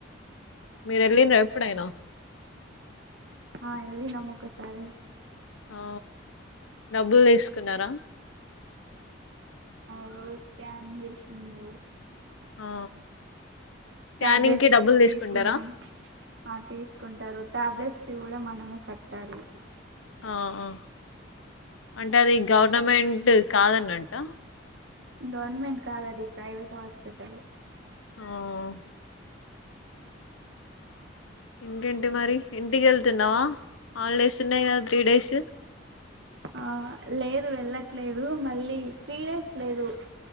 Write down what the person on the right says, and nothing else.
ఆ ఎళ్లినాం ఒక సారి
ఆ స్కాన్ జేసిండ్రు
టాబ్లెట్స్
తీసుకున్నాం ఆ తీసుకుంటారు టాబ్లెట్స్ గూడా మనమే కట్టాలి
గవర్నమెంట్ కాదు అది ప్రైవేట్ హాస్పిటలే
ఆ లేదు వెళ్ళట్లేదు మళ్ళీ త్రీ డేస్ లేదు